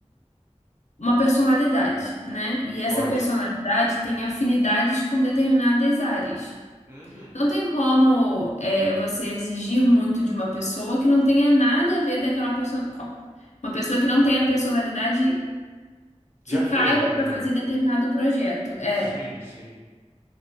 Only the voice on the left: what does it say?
uma personalidade, né? E essa
personalidade tem afinidades com determinadas áreas.
Não tem como é, você exigir muito de uma pessoa que não tenha nada a ver daquela pessoa. co- Uma pessoa que não tenha personalidade que
caiba
para fazer determinado projeto. É.